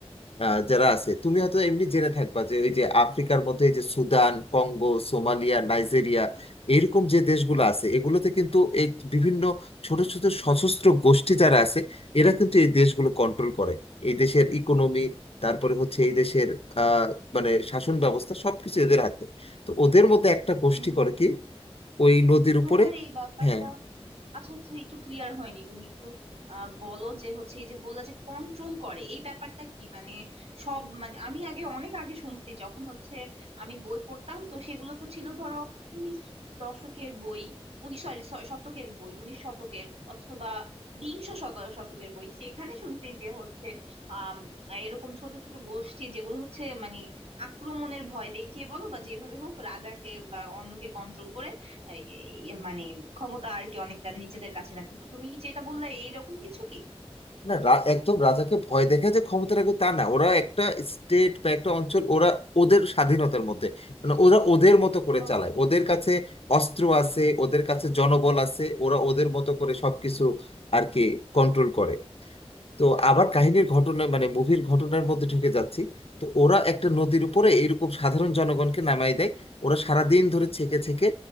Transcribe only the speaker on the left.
আহ, যারা আছে তুমি হয়তো এমনি জেনে থাকবা যে ওই যে আফ্রিকার মধ্যে এই যে সুদান কঙ্গো সোমালিয়া নাইজেরিয়া এরকম যে দেশগুলো আছে এগুলোতে কিন্তু এই বিভিন্ন ছোট ছোট সশস্ত্র গোষ্ঠী যারা আছে এরা কিন্তু এই দেশগুলো কন্ট্রোল করে এই দেশের ইকোনমি তারপরে হচ্ছে এই দেশের আহ মানে শাসন ব্যবস্থা সবকিছু এদের হাতে তো ওদের মধ্যে একটা গোষ্ঠী
করে কি ওই নদীর উপরে
হ্যাঁ
না রা- একদম রাজাকে ভয় দেখে যে ক্ষমতা রাখবে তা না ওরা একটা স্টেট বা একটা অঞ্চল ওরা ওদের স্বাধীনতার মধ্যে মানে ওরা ওদের মতো করে
চালায় ওদের
কাছে অস্ত্র আছে ওদের কাছে জনবল আছে ওরা ওদের মতো করে সবকিছু আর কি কন্ট্রোল করে তো আবার কাহিনীর ঘটনা মানে মুভির ঘটনার মধ্যে ঢুকে যাচ্ছি তো ওরা একটা নদীর উপরে এরকম সাধারণ জনগণকে নামাই দেয় ওরা সারাদিন ধরে ছেকে ছেকে